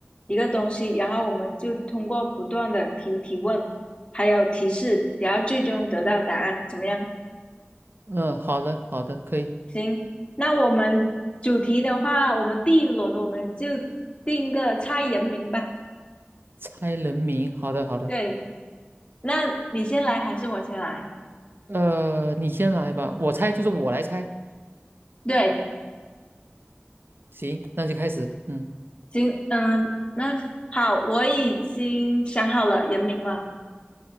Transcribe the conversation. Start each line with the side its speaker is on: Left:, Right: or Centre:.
Left: 一个东西，然后我们就通过不断的提提问，还有提示，然后最终得到答案，怎么样？
Right: 嗯，好的好的，可以
Left: 行，那我们主题的话，我们第一轮我们就定个猜人名吧。
Right: 猜人名。好的好的，
Left: 对，那你先来还是我先来？
Right: 呃，你先来吧，我猜就是我来猜。
Left: 对，
Right: 行，那就开始。嗯，
Left: 行，嗯，那好，我已经想好了人名了。